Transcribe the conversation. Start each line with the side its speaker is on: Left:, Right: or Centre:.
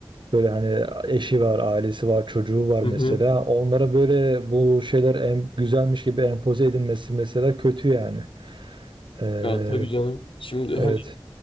Right: böyle hani eşi var ailesi var çocuğu var
Left: Hı
Right: mesela
Left: hı.
Right: onlara böyle bu şeyler en, güzelmiş gibi empoze edilmesi mesela kötü yani Eee,
Left: Ya tabii canım. Şimdi
Right: evet.
Left: hani